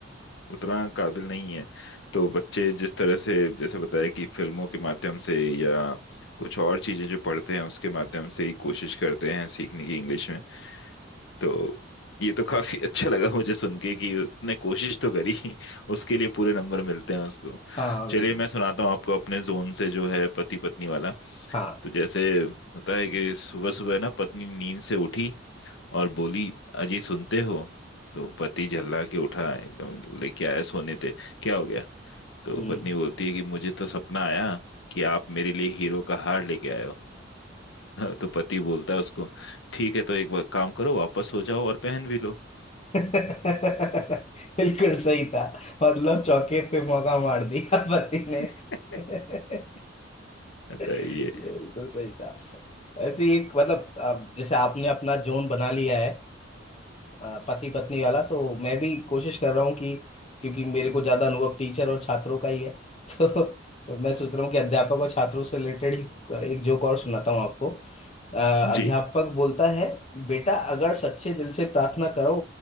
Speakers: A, on the left; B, on the left.
A: उतना काबिल नहीं है तो बच्चे जिस तरह से जैसे बताया कि फिल्मों के माध्यम से या कुछ और चीजें जो पढ़ते हैं उसके माध्यम से ही कोशिश करते हैं सीखने की इंग्लिश में तो ये तो काफी <laughs> अच्छा लगा मुझे सुन के कि उसने कोशिश तो करी उसके लिए पूरे नंबर मिलते हैं उसको
B: हाँ
A: चलिए
B: बिल्कुल
A: मैं सुनाता हूँ आपको अपने जोन से जो है पति पत्नी वाला
B: हाँ
A: तो जैसे होता है कि सुबह सुबह ना पत्नी नींद से उठी और बोली अजी सुनते हो तो पति झल्ला के उठा एकदम बोले क्या है सोने थे क्या हो गया तो
B: हम्म
A: पत्नी बोलती है कि मुझे तो सपना आया कि आप मेरे लिए हीरो का हार लेके आए हो <laughs> तो पति बोलता है उसको ठीक है तो एक बार काम करो वापस हो जाओ और पहन भी लो
B: <laughs> बिल्कुल सही था मतलब चौके पे मौका मार दिया पति ने
A: <laughs>
B: <laughs>
A: बताइए
B: ये बिल्कुल सही था ऐसे ही एक मतलब अब जैसे आपने अपना जोन बना लिया है पति पत्नी वाला तो मैं भी कोशिश कर रहा हूँ कि क्योंकि मेरे को ज्यादा अनुभव टीचर और छात्रों का ही है <laughs> तो, तो मैं सोच रहा हूँ कि अध्यापक और छात्रों से रिलेटेड ही एक जोक और सुनाता हूँ आपको अ, अध्यापक
A: जी
B: बोलता है बेटा अगर सच्चे दिल से प्रार्थना करो